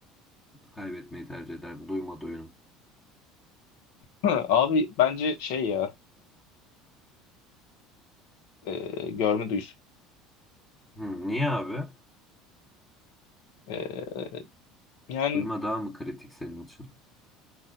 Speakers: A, on the left; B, on the left.
A: kaybetmeyi tercih ederdin? Duyma duyunu.
B: Hı, Abi bence şey ya e, görme duyusu.
A: Hı, niye abi?
B: E, yani
A: Duyma daha mı kritik senin için?